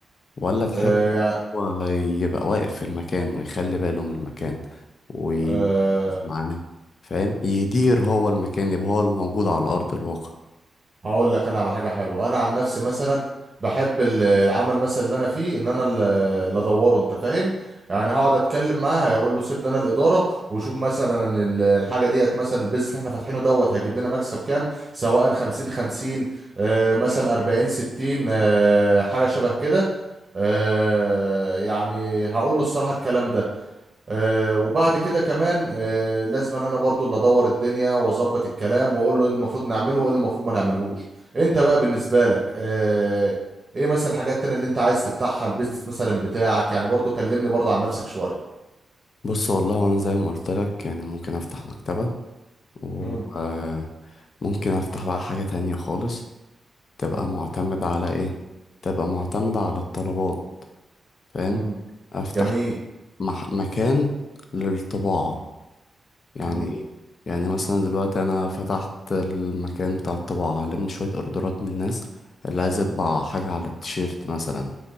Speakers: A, on the left; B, on the right.
A: ولا تحب
B: آه يعني
A: هو يبقى واقف في المكان ويخلي باله من المكان ويركز
B: مم.
A: معاه فاهم يدير هو المكان يبقى هو الموجود على أرض الواقع
B: هقول لك انا على حاجه حلوه انا عن نفسي مثلا بحب ال- العمل مثلا اللي انا فيه ان انا ال- اللي ادوره انت فاهم يعني هقعد اتكلم معاه هيقول له سيب لنا الاداره وشوف مثلا ال- الحاجه ديت مثلا البيزنس اللي احنا فاتحينه دوت هيجيب لنا مكسب كام سواء 50 50 آه، مثلا 40 60 آه، حاجه شبه كده آه، يعني هقول له الصراحه الكلام ده آه، وبعد كده كمان آه، لازم ان انا برضو اللي ادور الدنيا واظبط الكلام واقول له ايه المفروض نعمله وايه اللي المفروض ما نعملهوش انت بقى بالنسبه لك آه، ايه مثلا الحاجات التانية اللي انت عايز تفتحها البيزنس مثلا بتاعك يعني برضو كلمني برضو عن نفسك شويه
A: بص والله أنا زي ما قلت لك يعني ممكن أفتح مكتبة و
B: مم.
A: آه، ممكن افتح بقى حاجة تانية خالص تبقى
B: مم.
A: معتمدة على إيه؟ تبقى معتمدة على الطلبات فاهم؟
B: مم.
A: أفتح
B: جميل
A: مح مكان للطباعة يعني
B: مم.
A: إيه؟ يعني مثلا دلوقتي أنا فتحت المكان بتاع الطباعة ألم شوية أوردرات من الناس اللي عايز يطبع حاجة على التيشيرت مثلا